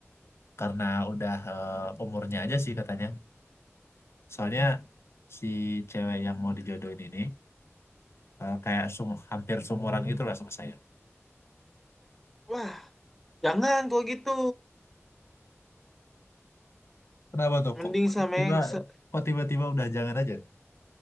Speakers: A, on the left; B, in the centre.
A: karena udah eh, umurnya aja sih katanya. Soalnya si cewek yang mau dijodohin ini eh, kayak sum- hampir seumuran gitu lah sama saya.
B: Wah, jangan kalau gitu.
A: Kenapa tuh?
B: Mending
A: Kok
B: sama
A: tiba
B: yang se
A: kok tiba-tiba udah jangan aja?